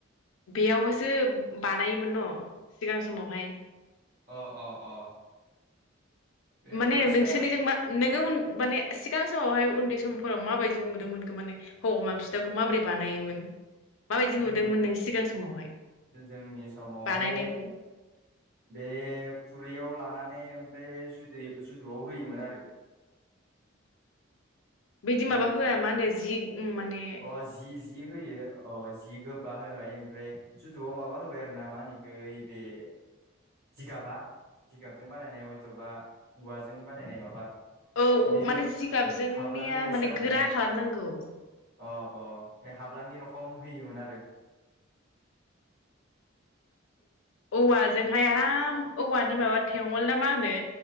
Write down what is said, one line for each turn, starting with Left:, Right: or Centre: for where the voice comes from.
Left: बेयावहायसो बानायोमोन न' सिगां समावहाय
Right: अ अ अ बेफोरबायसा
Left: माने नोंसोरनिजों मा नोंङो उन माने सिगां समावहाय उन्दै समफोराव माबायदि नुदोंमोनख माने हौ अमा फिथाखौ माबोरै बानायोमोन माबायदि
Right: जों
Left: नुदोंमोन नों सिगां समावहाय
Right: जोंनि समावहाय
Left: बानायनायखौ
Right: बे खुरैयाव लानानै ओमफ्राय बे जुद जुदुआव होयोमोन आरो
Left: बिदि
Right: दै
Left: माबा होआ
Right: जु
Left: मा होनो जि उम माने
Right: अ जि जि होयो अ जि गो बा होनाय ओमफ्राय जुदुआव माबा होबाय आरो ना मा होबाय जिगाबा जिगाबजों बानायनाय हैथबा औवाजों बानायनाय माबा
Left: औ
Right: बे
Left: माने जिगाबजोंनिया
Right: हाबलाङि बायसा
Left: माने
Right: आरोना
Left: गोरा खालामनांगौ
Right: अ अ हाब्लाांयि रखम होयोमोन आरो
Left: औवाजोंहाय आराम औवानि मा बा थेवोल ना मा होनो